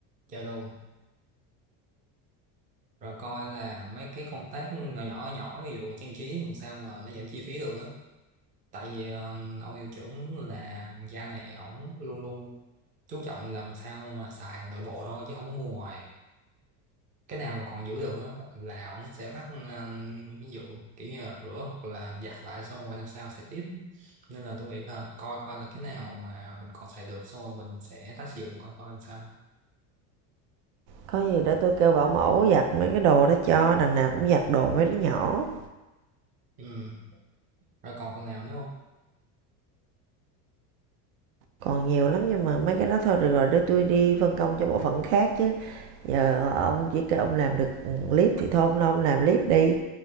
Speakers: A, on the right; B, on the right.
A: chơi luôn rồi coi là mấy cái công tác nhỏ nhỏ nhỏ ví dụ trang trí làm sao mà nó giảm chi phí được á tại vì ờ, ông hiệu trưởng là gia này ổng luôn luôn chú trọng làm sao mà xài nội bộ thôi chứ không có mua ngoài cái nào mà còn giữ được á là ổng sẽ bắt ờ, ví dụ kiểu như là rửa hoặc là giặt lại xong rồi năm sau xài tiếp nên là tôi nghĩ là coi coi là cái nào mà mình còn xài được xong rồi mình sẽ tái sử dụng coi coi làm sao
B: có gì để tôi kêu bảo mẫu giặt mấy cái đồ đó cho đằng nào cũng giặt đồ mấy đứa nhỏ
A: ừ. rồi còn phần nào nữa không
B: Còn nhiều lắm nhưng mà mấy cái đó thôi được rồi để tôi đi phân công cho bộ phận khác chứ. Giờ ông chỉ kêu ông làm được, ừ, clip thì thôi ông lo ông làm clip đi,